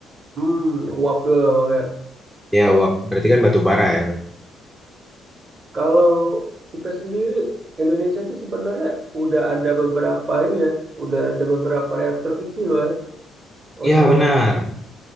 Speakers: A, on the right; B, in the centre.
A: Hmm, uap tuh Bang ya.
B: Ya wah, berarti kan batu bara ya.
A: Kalau kita sendiri, Indonesia itu sebenarnya udah ada beberapa ini ya, udah ada beberapa reaktor kecil ya
B: Iya
A: untuk
B: benar.